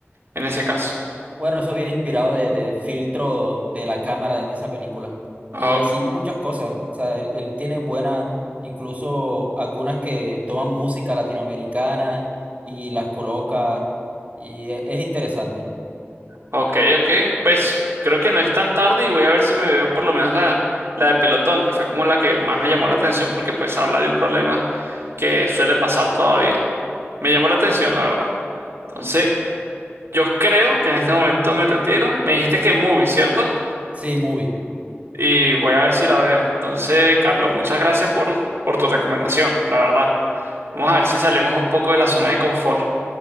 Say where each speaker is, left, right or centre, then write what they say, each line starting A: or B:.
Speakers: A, on the right; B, on the right.
A: en ese caso.
B: Bueno, eso viene inspirado de- del filtro de la cámara en esa película.
A: O-
B: Y así muchas cosas. O sea, él, él tiene buenas, incluso algunas que toman música latinoamericana y las coloca. Y e- es, interesante.
A: ok, ok. Pues creo que no es tan tarde y voy a ver si me veo por lo menos la, la de Pelotón, que fue como la que más me llamó la atención porque pues habla de un problema que suele pasar todavía. Me llamó la atención, la verdad. Entonces, yo creo que en este momento me retiro. Me dijiste que movie, ¿cierto?
B: Sí, movie.
A: Y voy a ver si la veo. Entonces, Carlos, muchas gracias por, por tu recomendación, la verdad. Vamos a ver si salimos un poco de la zona de confort.